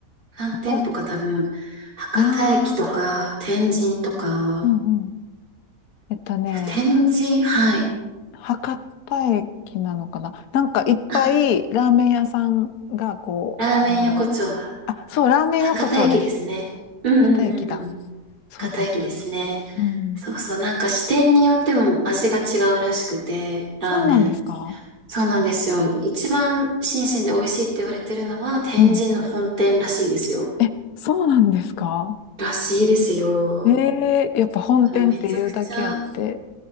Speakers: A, on the right (about 30°); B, on the left (about 65°).
A: 何店舗か多分、
B: ここ
A: 博多駅とか、
B: ああ
A: 天神とか、
B: ー、うんうん。えっとね、
A: 天神、はい。
B: 博多駅なのかななんかいっぱいラーメン屋さんがこう、
A: あ、ラーメン横丁だ。
B: なんだろう。あ、そう、ラーメン横丁です。
A: 博多駅ですね。う。
B: 博多駅だ。
A: んうんうんうん。
B: そうです、
A: 博多駅ですね。
B: そうです。うん。
A: そうそう。なんか支店によっても味が違うらしくて、ラーメン。
B: そうなんですか
A: そうなんですよ。一番新鮮で美味しいって言われてるのは天神の本店らしいですよ。
B: うん。え、そうなんですか
A: らしいですよ。
B: ええーやっぱ本店っていうだけあって。
A: だからめちゃくちゃ、